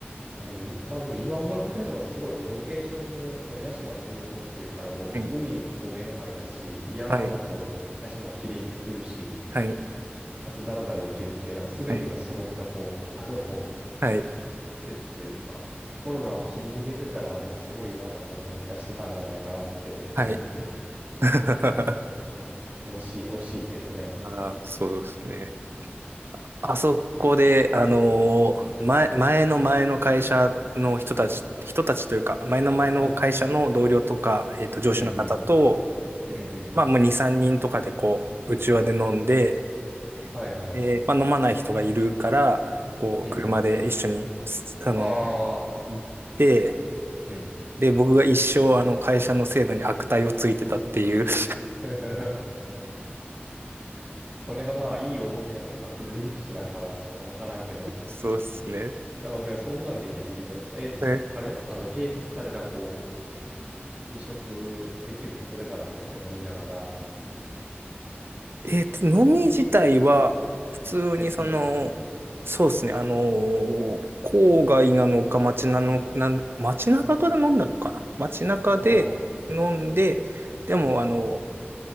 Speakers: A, on the right; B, on the right.
A: いやでも、まあでも今思い返せばすごいね。ロケーションも、その屋島のふもとっていうから、こう、
B: はい、
A: 海も目の前だし、山もこう、
B: はい、
A: 屋島は綺麗に映るし、
B: はい、
A: かつダラダラできるっていう、なんか全てが揃った、
B: はい、
A: こう、あの、
B: はい。
A: 季というか、コロナを切り抜けてたら、もうすごいまたこう盛り返してたんじゃないかなって思うけど。
B: はい <laughs>
A: <laughs> 惜しい、惜しいけどね。
B: あーそうですね。あそこで、あの
A: うんうん。
B: ー前、前の前の会社の人たち、人たちというか、前の前の会社の同僚とか、
A: はい。
B: えっと、上司の方と、
A: うんうん。うんうん。
B: まあもう2、3人とかでこう、内わで飲んで、
A: はいはい。
B: で、まあ飲まない人がいるから、こう、
A: うん。
B: 車で一緒に、すあの、
A: ああ、
B: 行って、
A: うん。
B: で、僕が一生、あの、会社の制度に悪態をついてたっていう <laughs>
A: <laughs> それはまあ、いい思い出なのか、黒歴史なんかのはちょっとわからんけど。
B: そうですね。
A: でも、だからそんなんできる、いいね。え、
B: <laughs>
A: あれあの、併設された、こう、飲食できるとこでからお酒を飲みながら、
B: えっと、飲み自体は、普通にその、
A: 別の
B: そうですね、あのー郊外なのか街なの、なん、街中で飲んだのかな街中で飲んで、
A: ああ、うん、
B: でも、
A: うん、
B: あの、
A: うん、